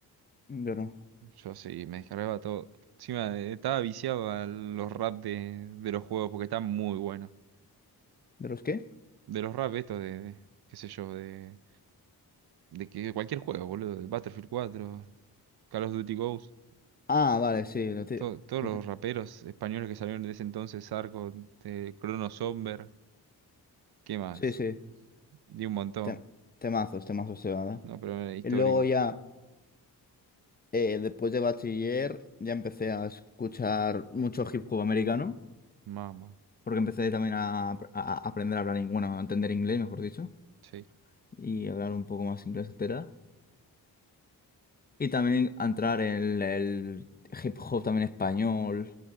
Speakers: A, on the left (about 25°); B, on the right (about 70°).
A: yo no.
B: Yo sí, me descargaba todo. Encima eh, estaba viciado a los rap de, de los juegos porque están muy buenos.
A: ¿De los qué?
B: de los rap estos de, de, qué sé yo, de, de que cualquier juego, boludo, de Battlefield 4 Call of Duty Ghost,
A: Ah, vale, sí, lo ti-
B: to- todos
A: lo
B: los
A: ti-
B: raperos españoles que salieron de ese entonces, Arco, eh, Crono Somber, ¿qué más?
A: sí, sí,
B: Di un montón,
A: te- temazos, temazos se va, ¿eh?
B: no, pero era histórico,
A: Y luego ya... Eh, después de bachiller ya empecé a escuchar mucho hip hop americano,
B: mama,
A: porque empecé también a, a- a aprender a hablar, in- bueno, a entender inglés, mejor dicho,
B: sí.
A: y hablar un poco más inglés, etcétera. Y también a entrar en el hip hop también español,